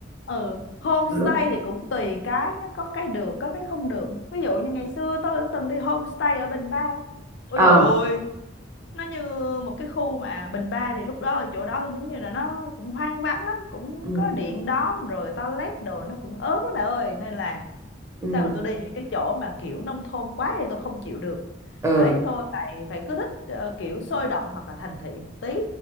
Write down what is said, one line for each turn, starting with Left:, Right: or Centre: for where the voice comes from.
Left: ừ homestay
Right: ừ
Left: thì cũng tùy cái nhé có cái được có cái không được ví dụ như ngày xưa tôi cũng từng đi homestay ở Bình Ba ôi
Right: ờ
Left: dồi ôi nó như một cái khu mà Bình Ba thì lúc đó ở chỗ đó giống như là nó cũng hoang vắng lắm cũng
Right: ừ
Left: có điện đóm rồi toilet đồ nó cũng ớt lắm bà ơi nên là
Right: ừ
Left: sao mà tôi đi những cái chỗ mà kiểu nông thôn quá thì tôi không chịu được
Right: ừ
Left: đấy tôi lại phải cứ thích ờ, kiểu sôi động hoặc là thành thị một tí